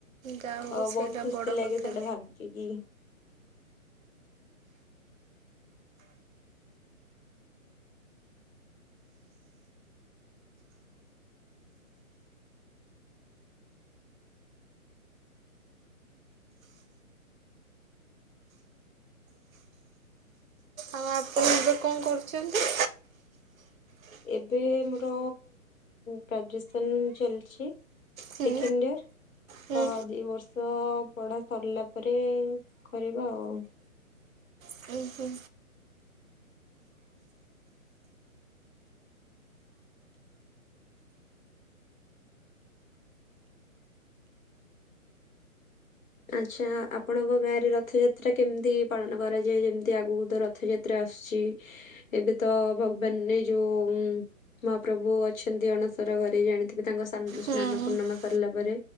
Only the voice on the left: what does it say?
ଅ
ବହୁତ ଖୁସି
ଲାଗେ
ସେଇଟା ଭାବି କି।
ଏବେ ମୋର ଗ୍ରାଜୁଏସନ୍ ଚାଲିଛି।
ସେକେଣ୍ଡଡିୟର୍।
ତ ଆଉ ଦି ବର୍ଷ ପଢା ସରିଲା ପରେ କରିବା ଆଉ।
ଆଚ୍ଛା ଆପଣଙ୍କ ଗାଁରେ ରଥଯାତ୍ରା କେମିତି ପାଳନ କରାଯାଏ ଯେମିତି ଆଗକୁ ଦର ରଥଯାତ୍ରା ଆସୁଚି ଏବେ ତ ଭଗବାନ ଏ ଯୋଉ ମହାପ୍ରଭୁ ଅଛନ୍ତି ଅଣସର ଘରେ ଜାଣିଥିବେ ତାଙ୍କ ସାନ ସ୍ନାନ
ପୂର୍ଣ୍ଣମା ସରିଲା ପରେ